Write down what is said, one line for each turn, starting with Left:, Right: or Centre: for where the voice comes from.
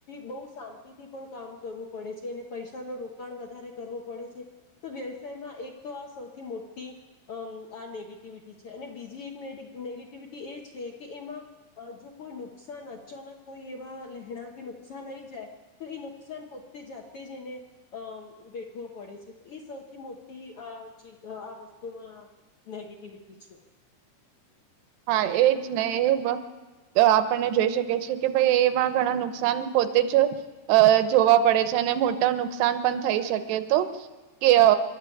Left: બઉ શાંતિથી પણ કામ કરવું પડે છે એને પૈસા ન રોકાણ વધારે કરવો પડે છે તો વ્યવસાયમાં એક તો આ સૌથી મોટી અમ્મ આ નેગેટિવિટી છે અને બીજી એક નેગી નેગેટિવિટી એ છે કે એમાં અ જો કોઈ નુકસાન અચાનક કોઈ એવા લહેણા કે નુકસાન આઈ જાય તો એ નુકસાન પોતે જાતે જ એને અ વેઠવો પડે છે, તો એ સૌથી મોટી આ આ વસ્તુમાં નેગેટીવીટી છે.
Right: હા એજ ને એ વ આપણને જોઈ શકી છે કે ભાઈ એમાં ઘણા નુકસાન પોતે જ અ જોવા પડે છે, અને મોટા નુકસાન પણ થઈ શકે તો કે અ